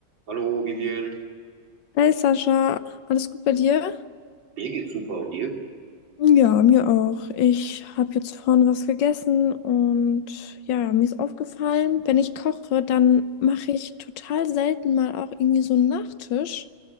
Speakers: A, on the right; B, on the left.
A: Hallo Vivian,
B: Hey Sascha, alles gut bei dir?
A: mir geht's super und dir?
B: Ja, mir auch. Ich habe jetzt vorhin was gegessen und ja, mir ist aufgefallen, wenn ich koche, dann mache ich total selten mal auch irgendwie so einen Nachtisch.